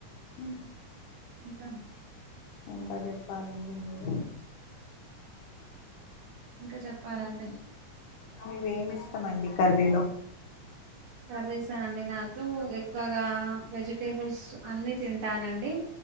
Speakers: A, on the left; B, on the right.
A: ఉ
B: ఇంకాందె
A: ఇంకా జెప్పాలండి మీరు
B: ఇంక చెప్పాలండి
A: మీవేం ఇస్తమండి కర్రీలో
B: కర్రీసా అండి నాకు ఎక్కువగా వెజిటేబుల్స్ అన్నీ తింటానండి